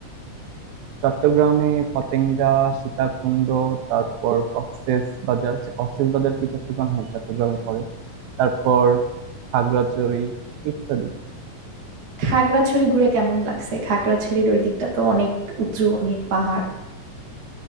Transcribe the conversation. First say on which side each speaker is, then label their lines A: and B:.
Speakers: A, on the right (about 80°); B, on the right (about 45°).
A: চট্টগ্রামে পতেঙ্গা সীতাকুণ্ড তারপর কক্সেস বাজার আচ্ছা কক্সেস বাজার কি চট্টগ্রাম হ্যাঁ চট্টগ্রামে পড়ে তারপর খাগড়াছড়ি ইত্যাদি
B: খাগড়াছড়ি ঘুরে কেমন লাগছে খাগড়াছড়ির ওই দিকটা তো অনেক উঁচু অনেক পাহাড়